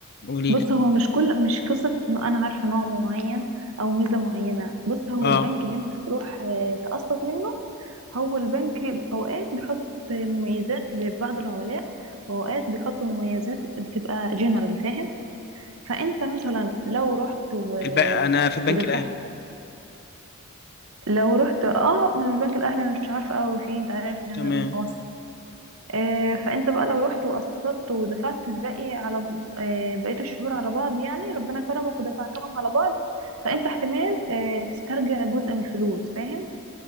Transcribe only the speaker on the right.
بص
هو مش كل مش قصة انه انا عارفة نوع معين او ميزة معينة بص هو
البنك اللي انت هتروح آه، تقسط منه هو البنك اوقات بيحط مميزات لبعض العملاء واوقات بيحط مميزات بتبقى جنرال فاهم فانت مثلا لو رحت و...
ودفعت
لو رحت اه من البنك الاهلي انا مش عارفة قوي فيه انت عارف ان انا
بنك مصر آه، فانت بقى لو رحت وقسطت ودفعت الباقي على آه، بقية الشهور على بعض يعني ربنا كرمك ودفعتهم على بعض فانت احتمال آه، تسترجع جزء من الفلوس فاهم